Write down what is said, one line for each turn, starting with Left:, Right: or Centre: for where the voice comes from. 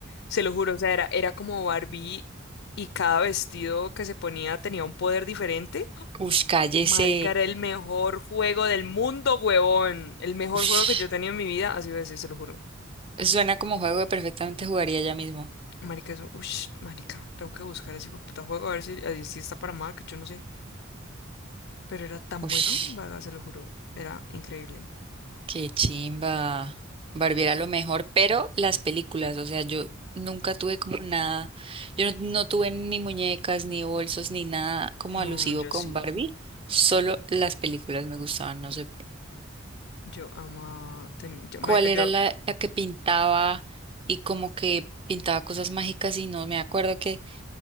Left: Se lo juro, o sea, era, era como Barbie y cada vestido que se ponía tenía un poder diferente.
Right: Ush, cállese.
Left: Marica, era el mejor juego del mundo, huevón. El mejor
Right: Ush,
Left: juego que yo tenía en mi vida, así veces, se lo juro.
Right: suena como juego que perfectamente jugaría ya mismo.
Left: Marica, eso, ush, marica, tengo que buscar ese puta juego a ver si, a ver si está para Mac, yo no sé. Pero era tan
Right: Ush.
Left: bueno, vaga, se lo juro. Era increíble.
Right: Qué chimba. Barbie era lo mejor, pero las películas, o sea, yo nunca tuve como nada, yo no, no tuve ni muñecas, ni bolsos, ni nada como
Left: No,
Right: alusivo
Left: yo
Right: con
Left: sí.
Right: Barbie, solo las películas me gustaban, no sé
Left: Yo ama. ten- yo,
Right: cuál
Left: marica,
Right: era
Left: yo.
Right: la, la que pintaba y como que pintaba cosas mágicas y no me acuerdo que